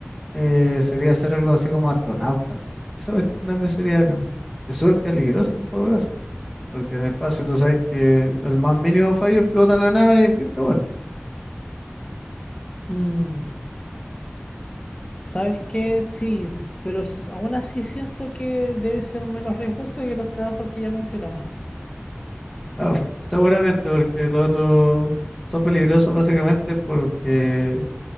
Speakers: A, in the centre; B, on the left.
A: eh, sería hacer algo así como astronauta. Eso es- también sería bacán. Es súper peligroso en todo caso. Porque en el espacio tú sabes que el más mínimo fallo explota la nave y fuiste bueno.
B: Mm. ¿Sabes qué? Sí, pero s- aún así siento que debe ser menos riesgoso que los trabajos que ya mencionamos. <laughs>
A: Ah, <laughs> seguramente, porque los otros son peligrosos básicamente porque